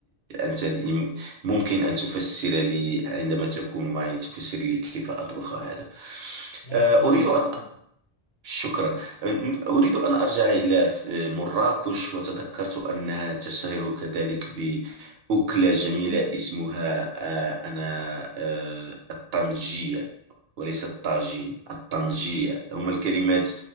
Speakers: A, on the right; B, on the left.
A: آه، أنت يم- ممكن أن تفسر لي عندما تكون معي تفسر لي كيف أطبخ هذا
B: لا
A: آه،
B: اكيد
A: أريد
B: نعمل
A: أن
B: كده
A: شكرا آه، أريد أن أرجع إلى ف- آه، مراكش وتذكرت أنها تشتهر كذلك بأكلة جميلة اسمها آه، أنا آه، الطنجية وليس الطاجين الطنجية هما الكلمات